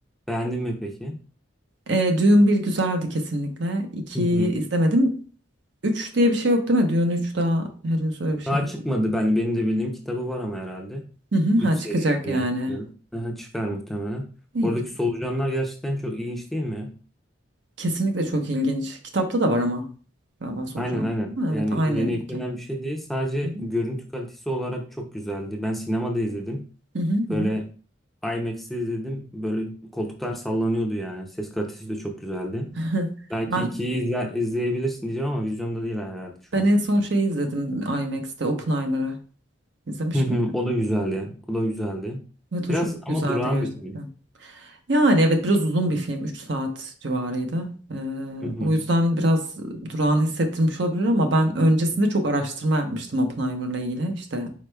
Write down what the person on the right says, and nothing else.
Ee, Dune 1 güzeldi kesinlikle. 2'yi
izlemedim. 3 diye bir şey yok değil mi? Dune 3 daha henüz öyle bir şeyimiz
mi?
Hı hı,
ha
çıkacak
yani.
İyi.
Kesinlikle çok ilginç. Kitapta da var ama. Galiba solucan.
Evet
aynı
iken.
Hı
hı, hı hı,
hı
hı.
<laughs> Ben
Ben
en son şeyi izledim IMAX'te Oppenheimer'ı. İzlemiş
miydin?
Evet
o çok
güzeldi
gerçekten.
Yani evet biraz uzun bir film 3 saat civarıydı. Ee,
o yüzden biraz durağan hissettirmiş olabilir ama ben öncesinde çok araştırma yapmıştım Oppenheimer'la ilgili. İşte